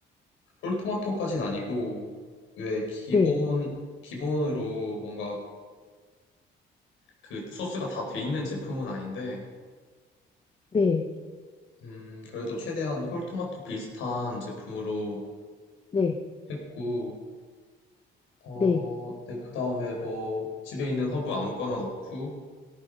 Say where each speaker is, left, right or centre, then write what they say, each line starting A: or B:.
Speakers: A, on the left; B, on the left.
A: 홀 토마토까진 아니고, 왜 기본,
B: 네.
A: 기본으로 뭔가 그 소스가 다 돼 있는 제품은 아닌데,
B: 네.
A: 음, 그래도 최대한 홀토마토 비슷한 제품으로
B: 네.
A: 했고, 어,
B: 네.
A: 네, 그 다음에 뭐, 집에 있는 허브 아무거나 넣고,